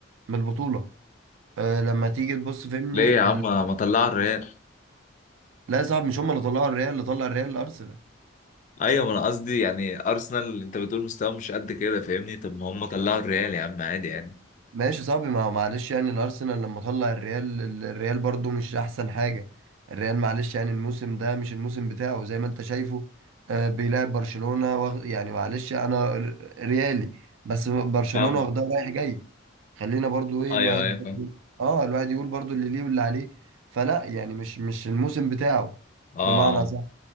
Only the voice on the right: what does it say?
من البطوله آه، لما تيجي تبص فهمني
ال...
لا صعب مش هم اللي طلعوا الريال اللي طلع الريال الارسنال
ماشي صعب ما هو معلش يعني الارسنال لما طلع الريال الريال برضو مش احسن حاجه الريال معلش يعني الموسم ده مش الموسم بتاعه زي ما انت شايفه آه، بيلعب برشلونه واخ- يعني معلش انا ر- ريالي بس برشلونه
واخدها رايح جاي خلينا برضو ايه
الواحد
برضو
اه الواحد يقول برضو اللي ليه واللي عليه فلا يعني مش مش الموسم بتاعه
بمعنى صح